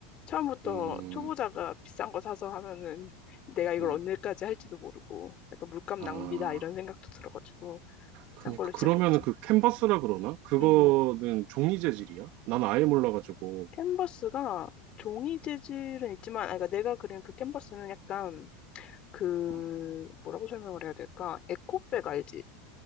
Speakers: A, on the left (about 40°); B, on the right (about 50°).
A: 처음부터
B: 음,
A: 초보자가 비싼 거 사서 하면은 내가 이걸
B: 음,
A: 언제까지 할지도 모르고 약간 물감
B: 아,
A: 낭비다 이런 생각도 들어가지고
B: 그,
A: 싼 걸로
B: 그러면은
A: 시작했지.
B: 그 캔버스라 그러나? 그거는
A: 음,
B: 종이 재질이야? 난 아예 몰라가지고.
A: 캔버스가 종이 재질은
B: 음,
A: 있지만, 아, 그러니까 내가 그린 그 캔버스는 약간 그
B: 어.
A: 뭐라고 설명을 해야 될까? 에코백 알지?